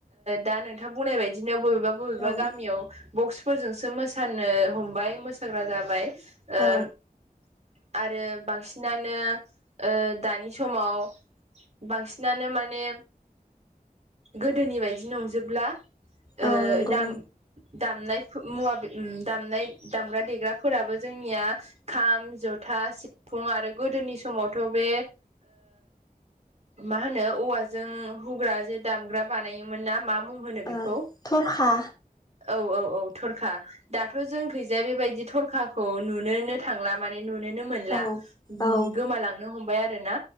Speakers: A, on the right; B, on the left.
A: दा नोंथां बुंनाय बायदिनो बबेबा बबेबा
B: औ
A: गामियाव
B: औ
A: बक्सफोरजोंसो मोसानो हमबाय मोसाग्रा जाबाय <unintelligible>
B: औ
A: आरो बांसिनानो दानि समाव बांसिनानो माने गोदोनि बायदि नंजोबला ओ
B: औ नंगौ
A: दाम दामनाय मुवा दामनाय दामग्रा देग्राफोराबो जोंनिया खाम जथा सिफुं आरो गोदोनि समावथ' बे मा होनो औवाजों हुग्रा जे दामग्रा बानायोमोन ना मा मुं होनो
B: ओ
A: बेखौ
B: थरखा
A: औ औ औ थरखा दाथ' जोंखैजाया बेबायदि थरखाखौ नुनोनो थांला माने नुनोनो मोनला
B: औ औ
A: गोमालांनो हमबाय आरो ना